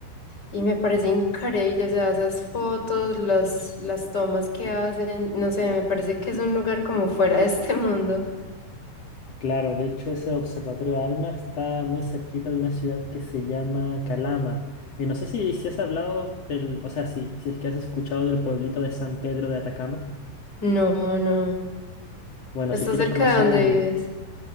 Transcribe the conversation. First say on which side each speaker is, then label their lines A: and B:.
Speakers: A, on the left; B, on the left.
A: Y me parece increíble, o sea, esas fotos, las, las tomas que hacen, no sé, me parece que es un lugar como fuera de este mundo.
B: Claro, de hecho ese observatorio ALMA está muy cerquita de una ciudad que se llama Calama. Y no sé si, si has hablado del, o sea, si, si es que has escuchado del pueblito de San Pedro de Atacama.
A: No, no.
B: Bueno,
A: está
B: si quieres
A: cerca
B: conocer
A: de donde
B: el...
A: vives?